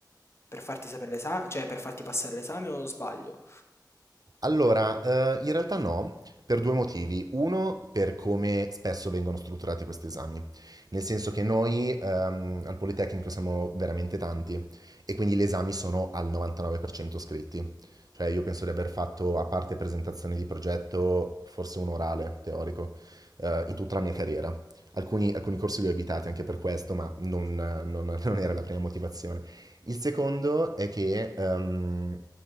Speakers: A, on the left; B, on the right.
A: per farti sapere l'esame, cioè per farti passare l'esame o sbaglio?
B: Allora, eh, in realtà no, per due motivi. Uno, per come spesso vengono strutturati questi esami, nel senso che noi ehm, al Politecnico siamo veramente tanti e quindi gli esami sono al 99% scritti. Cioè io penso di aver fatto, a parte presentazioni di progetto, forse un orale teorico, eh, in tutta la mia carriera. Alcuni, alcuni corsi li ho evitati anche per questo, ma non non- <laughs> non era la prima motivazione. Il secondo è che ehm,